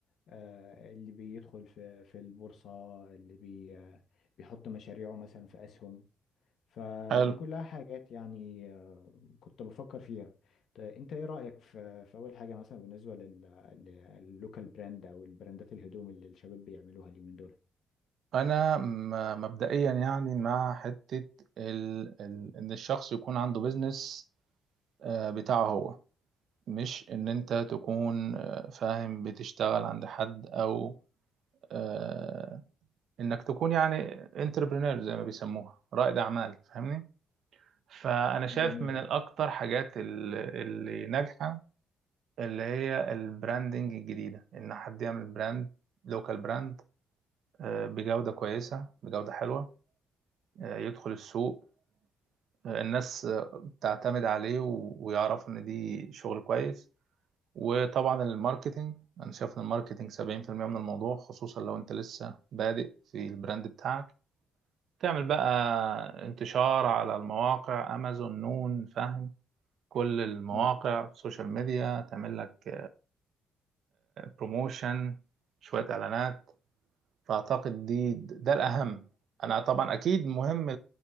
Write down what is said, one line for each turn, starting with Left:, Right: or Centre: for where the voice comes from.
Left: آه، اللي بيدخل في في البورصة اللي بي آه، بيحط مشاريعه مثلا في أسهم فدي
Right: حلو
Left: كلها حاجات يعني آه، كنت بفكر فيها طيب انت ايه رأيك في في اول حاجة مثلا بالنسبة لل- لللوكال براند او البراندات الهدوم اللي الشباب بيعملوها اليومين دول
Right: انا م- مبدئيا يعني مع حته ال... ال... ان الشخص يكون عنده بيزنس آه، بتاعه هو مش ان
Left: جميل
Right: انت تكون آه، فاهم بتشتغل عند حد او آه، انك تكون يعني انتربرينور زي ما بيسموها رائد اعمال فاهمني فانا شايف
Left: جميل،
Right: من
Left: اه
Right: الاكتر حاجات ال- اللي ناجحه اللي هي البراندنج الجديدة إن حد يعمل براند لوكال براند آه، بجودة كويسة بجودة حلوة آه، يدخل السوق آه، الناس آه، تعتمد عليه و- ويعرفوا إن دي شغل كويس وطبعا الماركتينج أنا شايف إن الماركتينج 70% من الموضوع خصوصا لو أنت لسه بادئ في البراند بتاعك تعمل بقى انتشار على المواقع أمازون نون فاهم كل المواقع
Left: مم.
Right: سوشيال ميديا تعمل لك بروموشن شوية إعلانات فاعتقد دي ده الاهم انا طبعا اكيد مهم